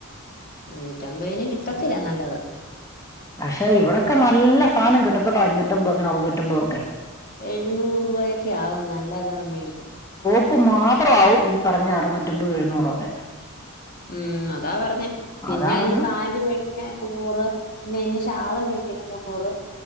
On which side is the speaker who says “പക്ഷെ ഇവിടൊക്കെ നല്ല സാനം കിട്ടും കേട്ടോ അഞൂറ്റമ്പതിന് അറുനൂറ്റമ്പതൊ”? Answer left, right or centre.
Left